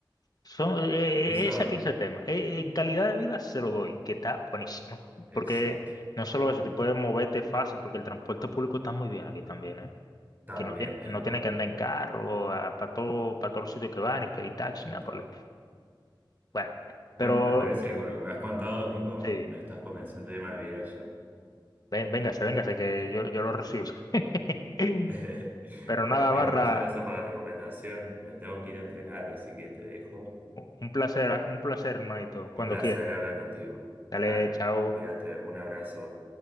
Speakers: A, on the left; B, on the right.
A: son, eh,
B: Eso,
A: eh, es aquí
B: me-
A: ese tema. Eh, en calidad de vida se lo doy, que está buenísimo,
B: exacto.
A: porque no solo eso, tú puedes moverte fácil, porque el transporte público está muy bien aquí también, ¿eh?
B: También,
A: Que no tiene,
B: es
A: que no
B: verdad,
A: tiene que andar en carro, para todo, para todos los sitios que van, y pedir taxi,
B: total.
A: nada por el- Bueno,
B: Bueno,
A: pero...
B: me parece que con lo que me has contado, amigo,
A: Sí,
B: me estás convenciendo de irme a vivir allá.
A: Ven, véngase, véngase, que yo, yo lo recibo. <laughs>
B: <laughs>
A: Pero
B: Bueno,
A: nada,
B: amigo,
A: Barra,
B: muchas gracias por la recomendación. Me tengo que ir a entrenar, así que te dejo
A: un placer, un placer, hermanito, cuando
B: Un placer
A: quiera.
B: hablar contigo.
A: Dale,
B: Dale,
A: chao.
B: cuídate, un abrazo.